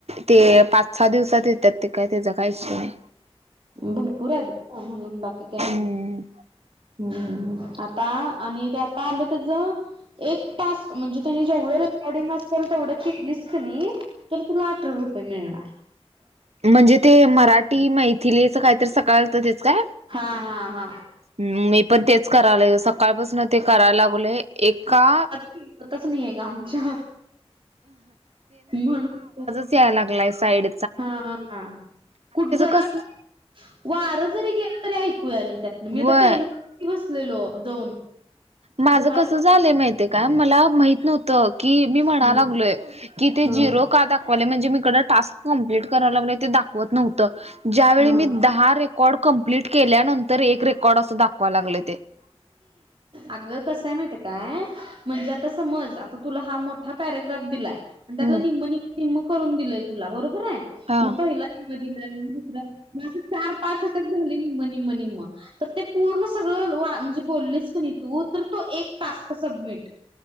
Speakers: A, on the right; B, on the right.
A: ते पाच सहा दिवसात येतात ते काय त्याचं काहीच नाही.
B: भरपूर आहेत का म्हणून बाकी काय
A: हम्म
B: नाही. ह् आता आणि ते आता आले त्याच एक टास्क म्हणजे त्यांनी जेवढं रेकॉर्डिंग असेल तेवढं केलीच कनी तर तुला अठरा रुपये मिळणार.
A: म्हणजे ते मराठी मैथिलीचं काहीत सकाळ तर तेच काय?
B: हा हा हा
A: हम्म मी पण तेच करायला सकाळपासून ते करायला लागले. एका
B: तिस नाही गआमच्या म्हनून तर.
A: च्या लागलाय साइड.
B: हा कुठ झाला
A: कस
B: <unintelligible> वार जरी गेलं तरी ऐकूयाले त्यातन मी
A: व्हय
B: तर टेरेस वरती बसलेलो जाऊन.
A: माझं
B: घरात
A: कसं झालंय माहिते काय मला माहित नव्हतं की मी म्हणा
B: हा
A: लागलोय. कि ते
B: हा
A: झिरो का दाखवाले म्हणजे मी ईकडं टास्क कमप्लीट कराव लागलं ते दाखवत नव्हतं. ज्यावेळी
B: हा
A: मी दहा रेकॉर्ड कम्प्लीट केल्यानंतर एक रेकॉर्ड असं दाखवा लागलं ते. <inaudible>
B: आगं कसय माहित काय म्हणजे आता समज आता तुला हा मोठा पॅरेग्राफ दिलाय. आणि त्यातलं
A: हम्म
B: निम्म, निम्म, निम्म करून दिलय तुला बरोबर आहे
A: हा
B: मग पहिला. स <unintelligible> अस चार पाच अ झाले नि निम्म निम्म तर ते पूर्ण सगळं वा म्हणजे बोललेस क नाही तू तर तो एक टास्क सबमिट.